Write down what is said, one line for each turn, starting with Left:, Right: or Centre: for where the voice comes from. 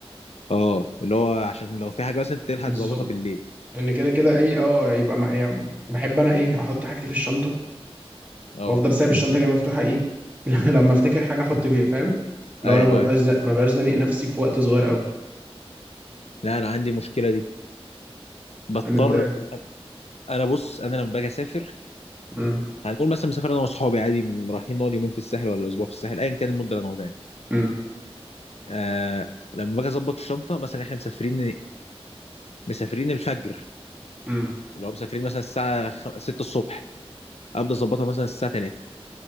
Left: اه اللي هو عشان لو في حاجه مثلا تلحق
Right: بالظبط
Left: تظبطها بالليل
Right: ان كده كده ايه اه يبقى ما يعني بحب انا ايه احط حاجتي في الشنطه
Left: اه
Right: وافضل سايب الشنطه كده مفتوحه ايه <laughs> لما افتكر حاجه احط فيها فاهم لو
Left: ايوه
Right: انا ما بقاش
Left: ايوه
Right: زا... ما بقاش زانق نفسي في وقت صغير قوي
Left: لا انا عندي المشكله دي بضطر
Right: ان انت
Left: انا بص انا لما باجي اسافر
Right: امم
Left: هنقول مثلا مسافر انا واصحابي عادي م- رايحين نقعد يومين في الساحل ولا اسبوع في الساحل ايا كان المده اللي هنقعدها يعني.
Right: امم
Left: آه لما باجي اظبط الشنطه مثلا احنا مسافرين مسافرين الفجر
Right: امم
Left: اللي هو مسافرين مثلا الساعه خ- 6 الصبح ابدا اظبطها مثلا الساعه 3